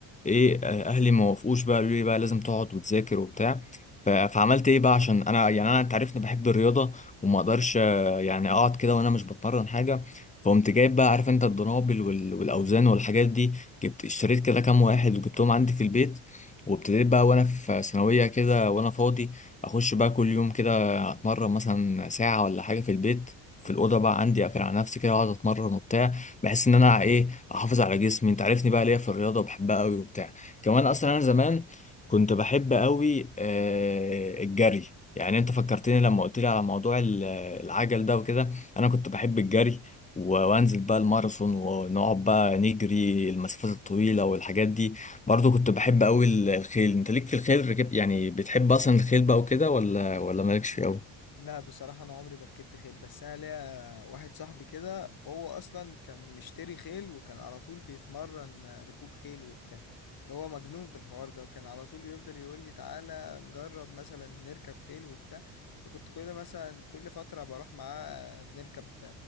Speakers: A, on the left; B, on the left.
A: ايه آه، اهلي ما وافقوش بقى قالوا لي بقى لازم تقعد وتذاكر وبتاع ف- فعملت ايه بقى عشان انا يعني انا انت عارفني بحب الرياضه وما اقدرش آه، يعني اقعد كده وانا مش بتمرن حاجه فقمت جايب بقى عارف انت الدنابل وال- والاوزان والحاجات دي جبت اشتريت كده كام واحد وجبتهم عندي في البيت وابتديت بقى وانا في ثانويه كده وانا فاضي اخش بقى كل يوم كده اتمرن مثلا ساعه ولا حاجه في البيت في الاوضه بقى عندي اقفل على نفسي كده واقعد اتمرن وبتاع بحس ان انا ايه احافظ على جسمي انت عارفني بقى ليا في الرياضه وبحبها قوي وبتاع كمان اصلا انا زمان كنت بحب قوي آه، الجري يعني انت فكرتني لما قلت لي على موضوع ال- العجل ده وكده انا كنت بحب الجري و- وانزل بقى الماراثون ونقعد بقى نجري المسافات الطويله والحاجات دي برضه كنت بحب قوي ال- الخيل انت ليك في الخيل ركب يعني بتحب اصلا الخيل بقى وكده ولا ولا مالكش فيه قوي
B: لا بصراحة أنا عمري ما ركبت خيل بس أنا ليا واحد صاحبي كده هو أصلا كان مشتري خيل وكان على طول بيتمرن ركوب خيل وبتاع هو مجنون بالحوار ده وكان على طول يفضل يقول لي تعالى نجرب مثلا نركب خيل وبتاع فكنت كل مثلا كل فترة بروح معاه بنركب